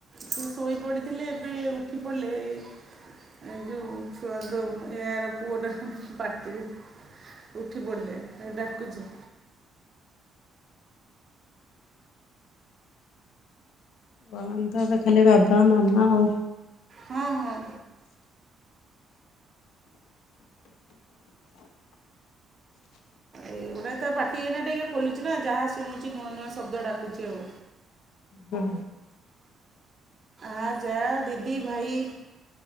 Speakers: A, on the right (about 25°); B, on the left (about 80°).
A: ସେ ଶୋଇ ପଡିଥିଲେ ଏବେ ଉଠି ପଡିଲେ ଏ ଏଇ ଯୋଉ ଛୁଆଙ୍କ ମ ଏଆର ପୁଅଟାର କି ପାଟିରେ ଉଠି ପଡିଲେ ହେଇ ଡାକୁଚି।
B: ଛୁଆ ମାନେତ ଏବେ ଖାଲି ବାବା ମାମା ଆଉ।
A: ହଁ ହଁ। ଏଇଗୁଡା ତା ପାଟି ଏଇନା ଟିକେ ଖୋଲୁଚି ନା ଯାହା ଶୁଣୁଚି ନୂଆ ନୂଆ ଶବ୍ଦ ଡାକୁଚି ଆଉ।
B: ହୁଁ।
A: ଆ ଯା ଦିଦି ଭାଇ